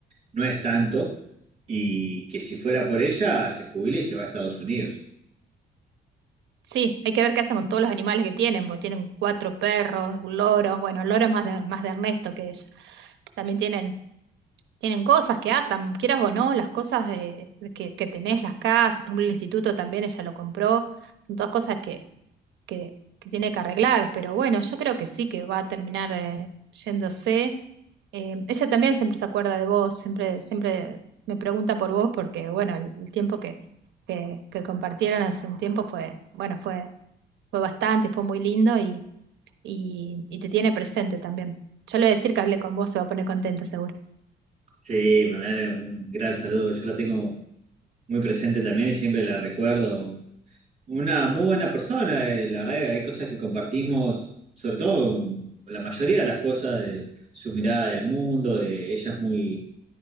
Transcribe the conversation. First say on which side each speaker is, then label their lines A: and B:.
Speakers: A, on the right; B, on the right.
A: no es tanto, y que si fuera por ella se jubila y se va a Estados Unidos.
B: Sí, hay que ver qué hacen con todos los animales que tienen, porque tienen cuatro perros, loros, bueno, el loro es más de, más de Ernesto que ella. También tienen Tienen cosas que atan, quieras o no, las cosas de- que, que tenés, las casas, por ejemplo, el instituto también ella lo compró, son todas cosas que, que, que tiene que arreglar, pero bueno, yo creo que sí que va a terminar eh, yéndose. Eh, ella también siempre se acuerda de vos, siempre, siempre me pregunta por vos porque, bueno, el, el tiempo que, que, que compartieron hace un tiempo fue, bueno, fue, fue bastante, fue muy lindo y, y, y te tiene presente también. Yo le voy a decir que hablé con vos, se va a poner contenta seguro.
A: Sí, mandarle un gran saludo. Yo la tengo muy presente también y siempre la recuerdo. Una muy buena persona, eh, la verdad que hay cosas que compartimos, sobre todo la mayoría de las cosas de su mirada del mundo, de ella es muy